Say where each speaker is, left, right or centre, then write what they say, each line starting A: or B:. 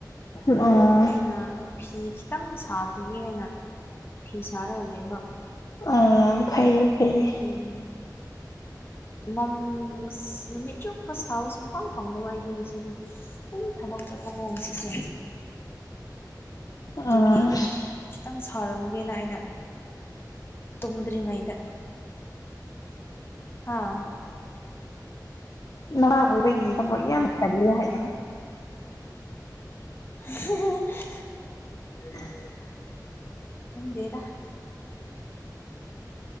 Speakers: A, on the left (about 55°); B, on the left (about 35°).
A: ꯑꯣ
B: ꯑꯗꯨ ꯑꯩꯅ ꯐꯤ ꯈꯤꯇꯪ ꯁꯥꯈꯤꯒꯦ ꯍꯥꯏꯅ ꯐꯤ ꯁꯥꯔꯒ ꯂꯩꯕ
A: ꯑꯥ ꯐꯩꯌꯦ ꯐꯩꯌꯦ
B: ꯑꯗꯨꯅꯤ ꯃꯝ ꯅꯨꯃꯤꯠ ꯆꯨꯞꯄ ꯁꯥꯕ ꯁꯨꯡꯐꯥꯡ ꯐꯪꯗꯕ ꯑꯩꯗ ꯁꯤꯒꯤ ꯊꯥꯕꯛ ꯆꯠꯄꯀꯣ ꯉꯥꯁꯤꯁꯦ ꯑꯗꯨꯒꯤ
A: ꯑꯥ
B: ꯈꯤꯇꯪ ꯁꯥꯥꯔꯝꯒꯦꯅ ꯑꯩꯅ ꯇꯨꯝꯗ꯭ꯔꯤꯉꯩꯗ ꯍꯥꯥ
A: ꯅꯥꯍꯥ ꯑꯣꯏꯕꯒꯤ ꯊꯕꯛ ꯌꯥꯝꯅ ꯆꯠꯂꯦ ꯍꯥꯏ
B: <unintelligible>
A: <unintelligible>
B: ꯈꯪꯗꯦꯗ